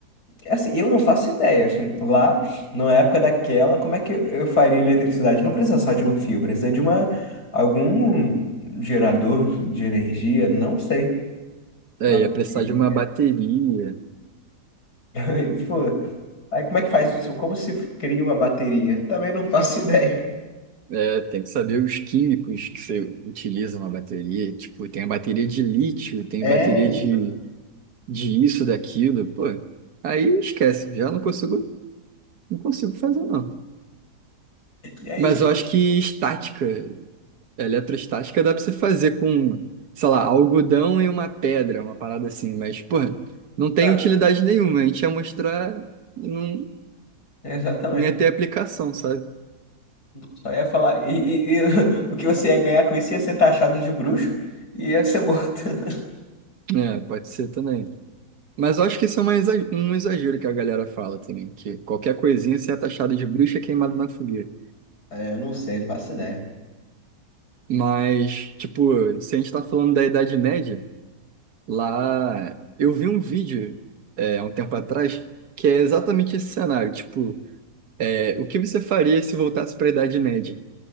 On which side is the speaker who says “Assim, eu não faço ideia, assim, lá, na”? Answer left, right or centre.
Left